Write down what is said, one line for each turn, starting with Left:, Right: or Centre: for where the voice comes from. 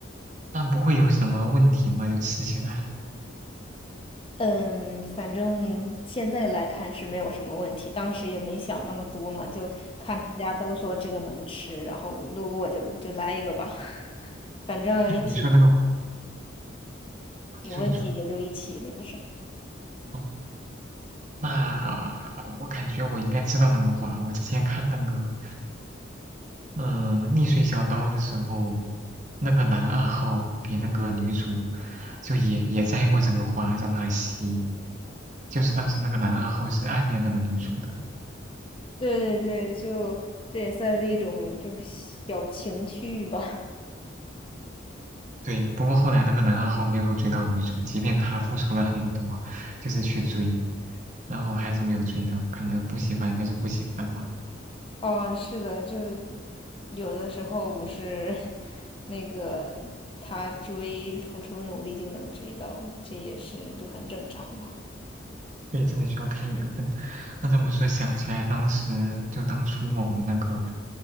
Right: 那不会有什么问题吗？就吃起来？
Left: 嗯，反正现在来看是没有什么问题，当时也没想那么多嘛，就看大家都说这个能吃，然后就路过就就来一个吧，<laughs> 反正一起
Right: 那你说那个花，啊你说你说，
Left: 有问题也就一起那个啥。
Right: 哦，那我感觉我应该知道那个花。我之前看那个，呃，逆水小刀的时候，那个男二号给那个女主，就也也摘过这个花，让她吸。就是当时那个男二号是暗恋那个女主的，
Left: 对对对，就这也算是一种就小情趣吧。
Right: 对。不过后来那个男二号没有追到女主，即便他付出了很多，就是去追。然后还是没有追到，可能不喜欢应该是不喜欢吧。
Left: <laughs> 哦，是的，就有的时候不是 <laughs> 那个他追，付出努力就能追到的，这也是就很正常了。
Right: 对，真的需要看缘分。那这么说，想起来当时就当初我们那个